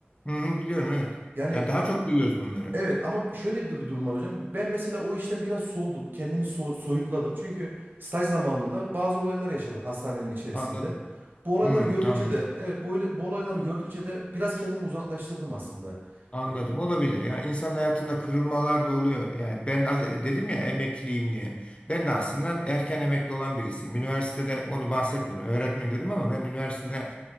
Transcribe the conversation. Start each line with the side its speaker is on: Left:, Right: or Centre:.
Left: Hı hı, biliyorum evet.
Right: Yani
Left: Yani daha çok duyuyoruz bunları.
Right: Evet ama şöyle bir de bir durum var hocam. Ben mesela o işten biraz soğudum. Kendimi so- soyutladım. Çünkü staj zamanında bazı olaylar yaşadım hastanenin içerisinde.
Left: Anladım.
Right: Bu olayları
Left: Hı,
Right: gördükçe
Left: anladım.
Right: de evet bu, bu olayları gördükçe de biraz kendimi uzaklaştırdım aslında.
Left: Anladım.
Right: Ee,
Left: Olabilir. Yani insan hayatında kırılmalar da oluyor. Yani ben az- dedim ya emekliyim diye. Ben de aslında erken emekli olan birisiyim. Üniversitede onu bahsetmedim. Öğretmen dedim ama ben üniversitede